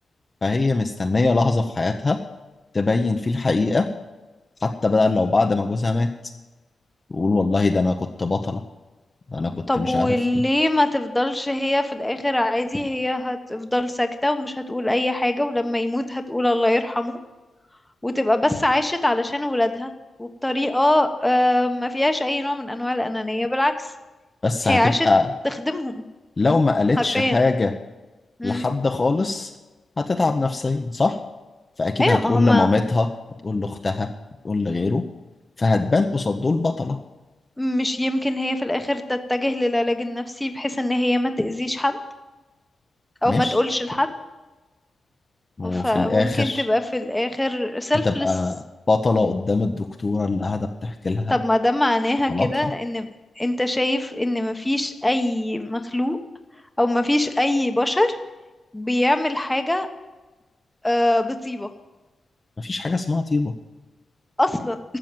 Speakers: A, on the left; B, in the centre.
A: فهي مستنية لحظة في حياتها تبين فيه الحقيقة حتى بقى لو بعد ما جوزها مات تقول والله ده أنا كنت بطلة ده أنا كنت
B: طب
A: مش
B: وليه
A: عارف إيه
B: ما تفضلش هي في الاخر عادي هي هتفضل ساكته ومش هتقول اي حاجه ولما يموت هتقول الله يرحمه وتبقى بس عاشت علشان ولادها وبطريقه آه، ما فيهاش اي نوع من انواع الانانيه بالعكس
A: بس
B: هي
A: هتبقى
B: عاشت تخدمهم
A: لو ما قالتش
B: حرفيا
A: حاجة
B: امم
A: لحد خالص هتتعب نفسيا صح؟ فأكيد
B: ايوه
A: هتقول
B: ما هما
A: لمامتها هتقول لأختها هتقول لغيره فهتبان قصاد دول بطلة
B: مش يمكن هي في الاخر تتجه للعلاج النفسي بحيث ان هي ما تأذيش حد او
A: مش
B: ما تقولش لحد
A: وفي
B: فممكن
A: الآخر
B: تبقى في الاخر سيلفلس
A: هتبقى بطلة قدام الدكتورة اللي قاعدة بتحكي لها
B: طب ما ده معناها
A: بطلاتها
B: كده ان انت شايف ان مفيش اي مخلوق او مفيش اي بشر بيعمل حاجة آه، بطيبة
A: مفيش حاجة اسمها طيبة
B: اصلا